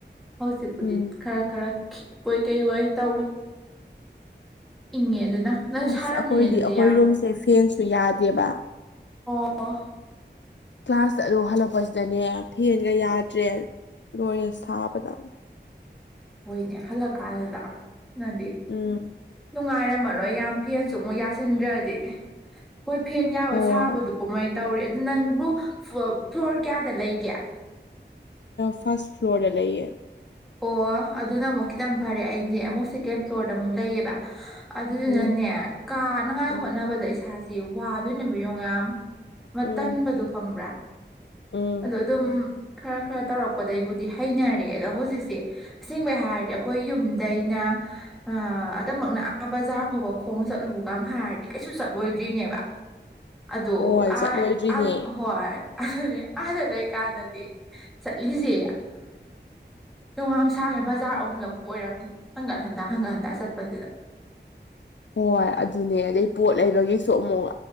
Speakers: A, in the centre; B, on the left.
A: ꯍꯧꯖꯤꯛꯄꯨꯗꯤ
B: ꯎꯝ
A: ꯈꯔ ꯈꯔ ꯄꯣꯏ ꯀꯩ ꯑꯣꯏ ꯇꯧꯔꯤ ꯏꯪꯉꯦ ꯑꯗꯨꯅ ꯅꯣꯏ
B: ꯑꯁ
A: ꯁꯥꯔꯝꯃꯤꯅꯦ
B: ꯑꯩꯈꯣꯏꯗꯤ
A: ꯑꯗꯨꯗꯤ
B: ꯑꯩꯈꯣꯏ
A: ꯌꯥꯝ
B: ꯔꯨꯝꯁꯦ ꯐꯦꯟꯁꯨ ꯌꯥꯗꯦꯕ
A: ꯑꯣ
B: ꯀ꯭ꯂꯥꯁ ꯆꯠꯂꯨ ꯍꯜꯂꯛꯄꯁꯤꯗꯅꯦ ꯐꯦꯟꯒ ꯌꯥꯗ꯭ꯔꯦ ꯂꯣꯏꯔꯦ ꯁꯥꯕꯗ
A: ꯍꯣꯏꯅꯦ ꯍꯜ ꯀꯥꯟꯗꯨꯗ ꯅꯪꯗꯤ
B: ꯎꯝ
A: ꯅꯨꯡꯉꯥꯏꯔꯝꯃꯔꯣꯏ ꯌꯥꯝ ꯐꯦꯟꯁꯨ ꯑꯃꯨꯛ ꯌꯥꯟꯁꯤꯟꯕꯤꯔꯗꯤ ꯍꯣꯏ ꯐꯦꯟ ꯌꯧꯔ
B: ꯍꯣꯏ
A: ꯁꯥꯕꯗꯨ ꯀꯃꯥꯏꯅ ꯇꯧꯔꯤ ꯑꯗꯨ ꯅꯪꯕꯨ ꯐ꯭ꯂꯣꯔ ꯀꯌꯥꯗ ꯂꯩꯒꯦ
B: ꯐꯥ꯭ꯔꯁ ꯐ꯭ꯂꯣꯔꯗ ꯂꯩꯌꯦ
A: ꯑꯣ ꯑꯗꯨꯅ ꯑꯃꯨꯛ ꯈꯤꯇꯪ ꯐꯔꯦ ꯑꯩꯗꯤ ꯑꯃꯨꯛ ꯁꯦꯀꯦꯟ ꯐ꯭ꯂꯣꯔꯗ ꯑꯃꯨꯛ ꯂꯩꯌꯦꯕ ꯑꯗꯨꯗꯨꯅꯅꯦ
B: ꯎꯝ
A: ꯀꯥꯅꯉꯥꯏ
B: ꯎꯝ
A: ꯍꯣꯠꯅꯕꯗ ꯏꯁꯥꯁꯤ ꯋꯥꯗꯣꯏꯅꯦꯕ ꯌꯦꯡꯉꯣ ꯌꯥꯝ ꯑꯃ
B: ꯎꯝ
A: ꯇꯟꯕꯗꯣ ꯈꯪꯕ꯭ꯔꯥ
B: ꯎꯝ
A: ꯑꯗꯣ ꯑꯗꯨꯝ ꯈꯔ ꯈꯔ ꯇꯧꯔꯛꯄꯗꯩꯕꯨꯗꯤ ꯍꯩꯅꯔꯦ ꯑꯗꯣ ꯍꯧꯖꯤꯛꯁ ꯑꯁꯦꯡꯕꯩ ꯍꯥꯏꯔꯗꯤ ꯑꯩꯈꯣꯏ ꯌꯨꯝꯗꯩꯅ ꯑ ꯑꯗꯨꯃꯛꯅ ꯕꯖꯥꯔ ꯐꯥꯎꯕ ꯈꯣꯡ ꯆꯠꯂꯨꯒ ꯍꯥꯏꯔꯗꯤ ꯀꯩꯁꯨ ꯆꯠꯂꯣꯏꯗ꯭ꯔꯤꯅꯦꯕ
B: <inaudible>
A: ꯑꯗꯣ
B: ꯍꯣꯏ
A: ꯑ
B: ꯆꯠꯂꯣꯏꯗ꯭ꯔꯤꯅꯦ
A: ꯑ ꯍꯣꯏ ꯑꯗꯨꯅꯦ ꯑꯥꯗ ꯂꯩ ꯀꯥꯟꯗꯗꯤ ꯆꯠꯂꯤꯁꯦ ꯅꯣꯡꯉꯥ ꯁꯥꯡꯉꯦ ꯕꯖꯥꯔ ꯑꯍꯨꯝꯂꯛ ꯀꯣꯏꯔꯝꯅꯤ ꯍꯪꯒꯠ ꯍꯟꯗ ꯍꯪꯒꯠ ꯍꯟꯗ ꯆꯠꯄꯁꯤꯗ
B: ꯍꯣꯏ ꯑꯗꯨꯅꯦ ꯑꯗꯩ ꯄꯣꯠ ꯂꯩꯕꯒꯤꯁꯨ ꯑꯃꯨꯛ